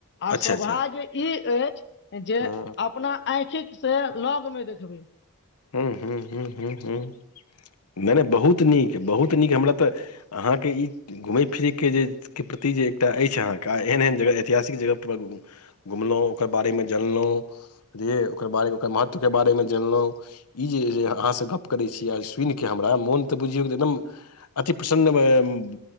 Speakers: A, on the left; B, on the left.
A: आ
B: अच्छा
A: शोभा्य
B: अच्छा
A: ई अछि। <unintelligible> जे
B: हँ
A: अपना आँखिक। <unintelligible> से लग मे देखबै। <unintelligible>
B: ह्मँ्म ह्मँ्म ह्मँ हँ ह्मँ नहि नहि बहुत नीक बहुत नीक हमरा तऽ अहाँके ई घूमय फिरैके जेके प्रति जे <unintelligible> एकटा अछि अहाँकेँ आ एहन- एहन जगह ऐतिहासिक जगहपर घुमलहुँ ओकर बारेमे जानलहुँ बुझलियै ओकर बारे ओकर महत्वके बारेमे जानलहुँ। ई जे अहाँसँ गप्प करैत छी आ सुनि कऽ हमरा मोन तऽ बुझियौ तऽ एकदम अति प्रसन्न। <unintelligible>